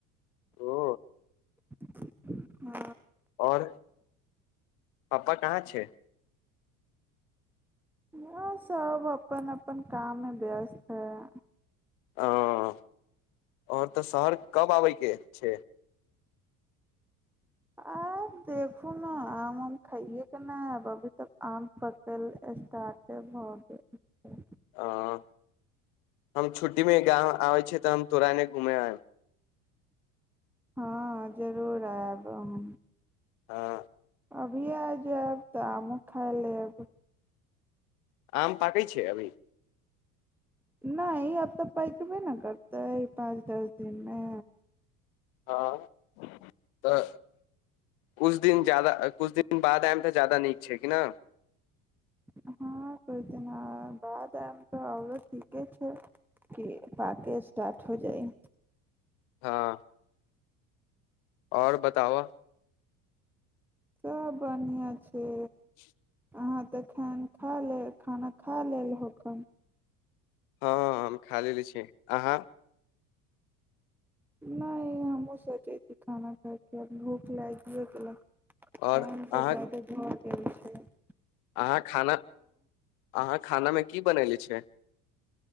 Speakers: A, on the left; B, in the centre.
A: ओ
B: <unintelligible>
A: आओर पापा कहाँ छै
B: यए सभ अपन अपन काममे व्यस्त हइ
A: ह आओर तऽ शहर कब आबयके छै
B: आब देखू ने आम उम खाइएके ने ऐब अभी तऽ आम पकल स्टार्टे भऽ गेल
A: ह हम छुट्टी मे गाँव आबै छी तऽ हम तोरा एने घूमे आयब
B: हँ जरूर आयब हम
A: हँ
B: अभी आइ जाएब तऽ आमो खा लेब
A: आम पाकै छै अभी
B: नहि आब तऽ पैकबे ने करते है पाँच दस दिनमे
A: हँ तऽ कुछ दिन जादा कुछ दिन बाद आयम तऽ जादा नीक छै कि न
B: हँ कुछ दिन बाद आब तऽ ओ ठीके छै कि पाक स्टार्ट हो जाइ
A: हँ ओर बताब'
B: सब बढ़िआ छै
A: <unintelligible>
B: अहाँ तऽ खा खा ले खाना खा लेलहोख
A: हँ हम खा लेले छिय अहाँ
B: नहि हमहूँ सोचैत छी खाना खा कऽ आब भूख लागिये गेल काम
A: आओर
B: त
A: अहाँ
B: जादे घर <unintelligible>
A: अहाँ खाना अहाँ खानामे की बनेले छियै